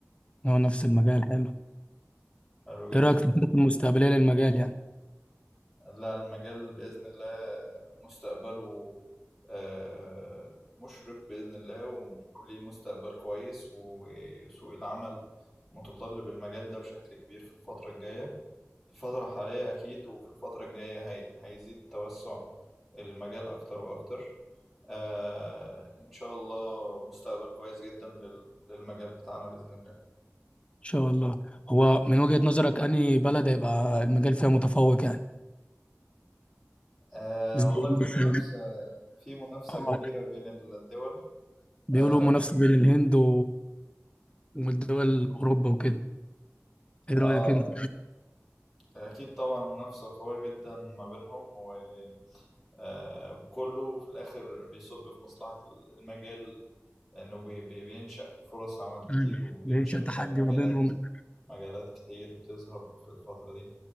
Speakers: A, on the left (about 25°); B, in the centre.
A: هو نفس المجال حلو
B: حلو جدا
A: ايه رأيك في الخطط المستقبلية للمجال يعني؟ ان
B: لا المجال بإذن الله مستقبله آه، مشرق بإذن الله و- وليه مستقبل كويس وسوق العمل متطلب المجال ده بشكل كبير في الفترة الجاية في الفترة الحالية أكيد وفي الفترة الجاية هي هيزيد توسع المجال أكتر وأكتر آه إن شاء الله مستقبل كويس جدا لل- للمجال بتاعنا بإذن الله
A: شاء الله هو من وجهة نظرك أنهي بلد هيبقى المجال فيها متفوق يعني؟
B: آه
A: زي
B: والله في
A: مثلا
B: منافسة في منافسة
A: آه،
B: كبيرة بين الدول
A: بيقولوا
B: آه,
A: منافسة بين الهند و... والدول أوروبا وكده ايه
B: آه
A: رأيك انت؟
B: أكيد طبعا منافسة قوية جدا ما بينهم و... آه، وكله في الآخر بيصب في مصلحة المجال إنه بي... بي- بينشأ فرص عمل كتير
A: مم.
B: وبينشأ
A: بيعيش تحدي
B: آه، مجالات
A: ما بينهم
B: مجالات كتير تظهر في الفترة دي